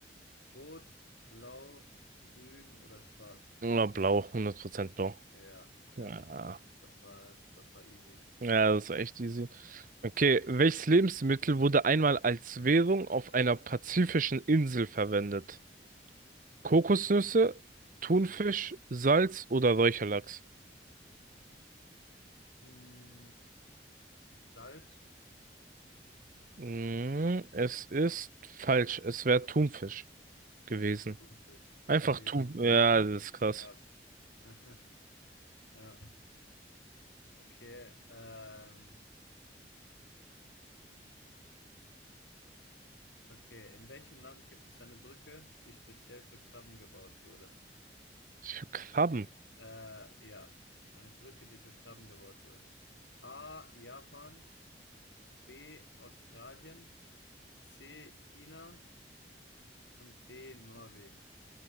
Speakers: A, on the left; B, on the right.
A: Rot, blau, grün oder schwarz?
B: Ja, blau, 100% blau.
A: Ja, ja,
B: Ja.
A: das war, das war easy.
B: Ja, das ist echt easy. Okay, welches Lebensmittel wurde einmal als Währung auf einer pazifischen Insel verwendet? Kokosnüsse, Thunfisch, Salz oder Räucherlachs?
A: Mm, Salz,
B: Mhm, es ist falsch. Es wäre Thunfisch gewesen.
A: Thunfisch als
B: Einfach
A: Währung.
B: Thun. Ja,
A: Ja,
B: das ist krass.
A: Krass. <laughs> Ja, okay. Ähm, okay. In welchem Land gibt es eine Brücke, die speziell für Krabben gebaut wurde?
B: Für Krabben.
A: Äh, ja, eine Brücke, die für Krabben gebaut wurde. A. Japan, B. Australien, C. China und D. Norwegen.